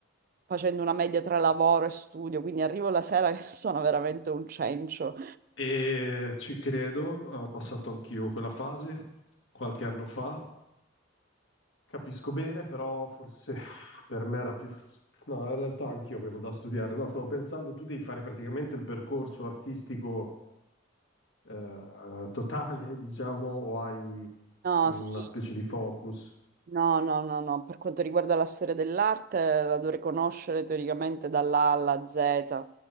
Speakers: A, on the right (about 45°); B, on the left (about 70°).
A: facendo una media tra lavoro e studio, quindi arrivo la sera che <laughs> sono veramente un cencio.
B: E ci credo, ho passato anch'io quella fase qualche anno fa. Capisco bene, però forse <laughs> per me era più... No, in realtà anch'io avevo da studiare. No, stavo pensando, tu devi fare praticamente il percorso artistico eh, totale, <laughs> diciamo, o hai
A: No,
B: una
A: sì,
B: specie di focus?
A: no, no, no, no. Per quanto riguarda la storia dell'arte, la dovrei conoscere teoricamente dall'A alla Z.